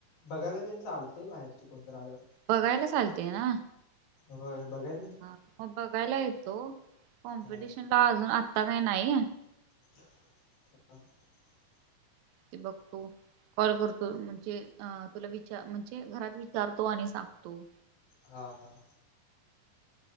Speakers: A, on the left (about 85°); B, on the right (about 85°).
A: बघायला ते चालतेय बाहेरची कोणतर आल्यावर
B: बघायला चालते ना.
A: हो बघायच
B: हा मग बघायला येतो कॉम्पिटिशन
A: हा
B: ला अजून आत्ता काही नाही.
A: ह <inaudible>
B: ते बघू कॉल करतो. म्हणजे अ तुला विचार म्हणजे घरात विचारतो आणि सांगतो.
A: हा हा.